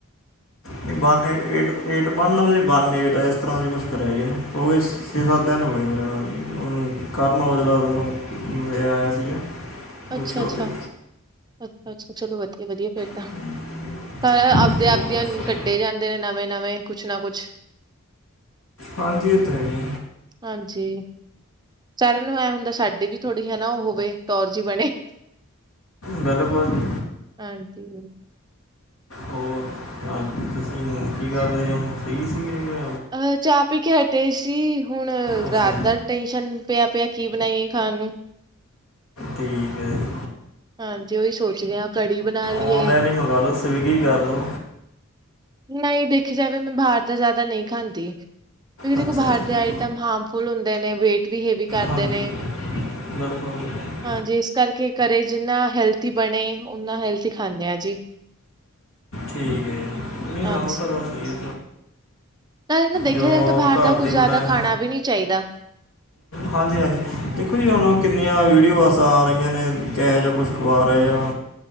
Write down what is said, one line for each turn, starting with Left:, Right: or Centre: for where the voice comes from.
Left: ਨਹੀਂ ਵੰਨ ਏ ਏਟ-ਏਟ ਵਨ ਨਹੀਂ ਵੰਨ ਏਟ ਇਸ ਤਰ੍ਹਾਂ ਜ ਕੁਛ ਕਰਿਆ ਜੀ ਨੇ ਹੋ ਗਏ। ਛੇ ਸੱਤ ਦਿਨ ਹੋ ਗਿਆ, ਮੇਰੇ ਨਾਲ ਕਰਨ ਔਜਲਾ, ਇਹ ਆਇਆ ਸੀਗਾ। ਉਹ
Right: ਅੱਛਾ,
Left: ਸ਼ੋਅ
Right: ਅੱਛਾ,
Left: ਤੇ
Right: ਅੱਛਾ, ਅੱਛਾ ਚਲੋ ਵਧੀਆ ਵਧੀਆ ਫੇਰ ਤਾਂ।
Left: ਹੋਰ
Right: ਸਾਰ ਆਪਦੇ ਆਪਦੀਿਆਂ
Left: ਦੱਸੋ
Right: ਕੱਢੇ
Left: ਜੀ
Right: ਜਾਂਦੇ ਨੇ ਨਵੇਂ-ਨਵੇਂ ਕੁਛ ਨਾ ਕੁਛ
Left: ਹਾਂਜੀ ਤਾਂ ਜੀ,
Right: ਹਾਂਜੀ, ਸਾਰਿਆਂ ਨੂੰ ਐ ਹੁੰਦਾ ਸਾਡੀ ਵੀ ਥੋੜ੍ਹੀ ਹੈ, ਨਾ ਉਹ ਹੋਵੇ ਕੌਰ ਜੀ ਬਣੇ।
Left: ਬਿਲਕੁਲ ਜੀ,
Right: ਹਾਂਜੀ।
Left: ਹੋਰ ਤਾਂ ਤੁਸੀਂ ਕੀ ਕਰਦੇ ਉਹਨ ਸਹੀ ਸੀਗੇ।
Right: ਅਹ ਚਾਹ ਪੀ ਕੇ ਹਟੇ ਸੀ। ਹੁਣ
Left: ਅੱਛਾ
Right: ਰਾਤ
Left: ਜੀ
Right: ਦਾ ਟੈਨਸ਼ਨ ਪਿਆ, ਪਿਆ ਕੀ ਬਣਾਈਏ ਖਾਣ ਨੂੰ
Left: ਠੀਕ ਹੈ ਜੀ
Right: ਹਾਂਜੀ, ਉਹੀ ਸੋਚਦੇ ਹਾਂ ਕੜੀ ਬਣਾ ਲਈਏ।
Left: ਆਨਲਾਈਨ ਹੀ ਮੰਗਾ ਲਓ ਸਵਿਗੀ ਕਰ ਲਓ
Right: ਨਹੀਂ ਦੇਖਿਆ ਜਾਵੇ ਮੈਂ ਬਾਹਰ ਦਾ ਜ਼ਿਆਦਾ ਨਹੀਂ ਖਾਂਦੀ ਕਿਉਕਿ ਦੇਖੋ
Left: ਅੱਛਾ
Right: ਬਾਹਰ
Left: ਜੀ
Right: ਦੇ ਆਈਟਮ ਹਾਰਮਫੁਲ ਹੁੰਦੇ ਨੇ ਵੇਟ ਵੀ ਹੈਵੀ ਕਰਦੇ
Left: ਹਾਂਜੀ
Right: ਨੇ
Left: <unintelligible>
Right: ਹਾਂਜੀ, ਇਸ ਕਰਕੇ ਘਰੇ ਜਿੰਨਾ ਹੈਲਥੀ ਬਣੇ ਓਨਾ ਹੈਲਥ ਖਾਂਨੇ‌ ਆ ਜੀ।
Left: ਠੀਕ ਹੈ ਜੀ ਹਾਂ
Right: ਹਾਂਜੀ।
Left: ਉਹ ਤਾਂ ਗੱਲ।
Right: ਨਾਲ ਇਹ ਨਾ ਦੇਖਿਆ
Left: ਜੋ
Right: ਜਾਵੇ, ਤਾਂ ਬਾਹਰ
Left: ਘਰ
Right: ਦਾ ਕੁੱਝ
Left: ਦੀ
Right: ਜ਼ਿਆਦਾ
Left: ਬਣਾਇਆ
Right: ਖਾਣਾ ਵੀ ਨੀ ਚਾਹੀਦਾ।
Left: ਹਾਂਜੀ, ਹਾਂਜੀ ਦੇਖੋ ਜੀ, ਹੁਣ ਕਿੰਨੀਆਂ ਵੀਡੀਓਜ਼ ਆ ਰਹੀਆਂ ਨੇ ਕਿਹੋ ਜਿਹਾ ਕੁਛ ਕੁਆਰ ਆ।